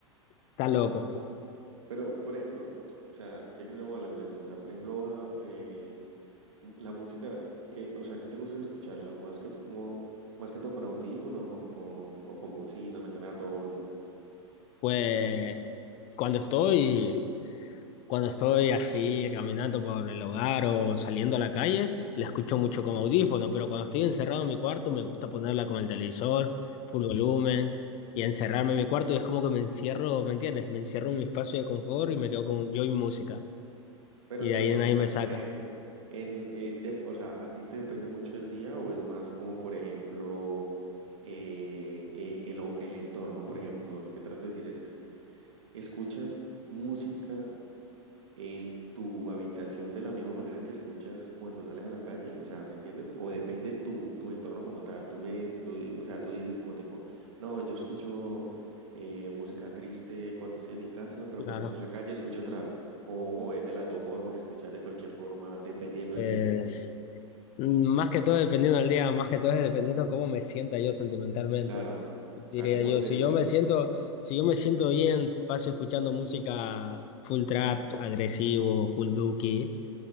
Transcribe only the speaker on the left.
está loco.
Pues cuando estoy... Cuando estoy así caminando por el hogar o saliendo a la calle, la escucho mucho con audífono, pero cuando estoy encerrado en mi cuarto me gusta ponerla con el televisor, full volumen, y encerrarme en mi cuarto y es como que me encierro, ¿me entiendes? Me encierro en mi espacio de confort y me quedo con yo y mi música.
Y
de ahí nadie
me
saca.
Claro.
Eh,
Más que todo dependiendo del día, más que todo es dependiendo de cómo me sienta yo sentimentalmente,
diría
yo.
Si
yo me siento, si yo me siento bien, paso escuchando música full trap, agresivo, full duki.